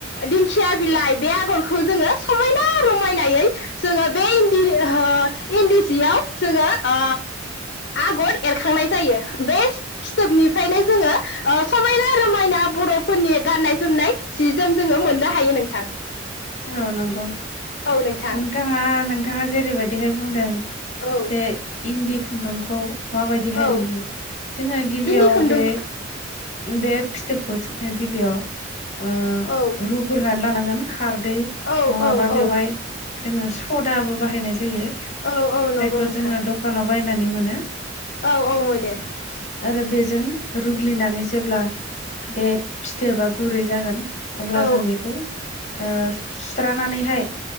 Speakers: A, on the left (about 60°); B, on the left (about 40°).
A: दिंखिया बिलाइ बे आगरखौनो जोङो समायना रमायनायै जोङो बे इन्दि ओ इन्दि जियाव जोङो ओ आगर एरखांनाय जायो बे फिथोबनिफ्रायनो जोङो समायना रमायना बर'फोरनि गाननाय जोमनाय जि जोम जोङो मोननो हायो नोंथां।
B: औ नंगौ नोंथाङा
A: औ नोंथां
B: नोंथाङा जेरैबायदिहाय बुंदों
A: औ।
B: जे इन्दि खुन्दुंखौ माबायदिहाय
A: औ
B: लुयो? जोङो गिबियाव
A: इन्दि खुन्दुं
B: बे बे फिथोबखौ जोङो गिबियाव ओ
A: औ
B: रुग्रोनानै लानांगौ। <inaudible> खारदै
A: औ
B: नङाबा
A: औ
B: बेवहाय
A: औ
B: जोङो सदाबो बाहायनाय जायो।
A: औ औ नंगौ
B: जायखौ
A: नोंथां।
B: जोङो दखानाव बायनानै मोनो।
A: औ औ मोनो।
B: आरो बेजों रुग्लिनानै जेब्ला बे फिथोबा गुरै जागोन अब्ला
A: औ
B: जों बेखौ ओ सुस्रानानैहाय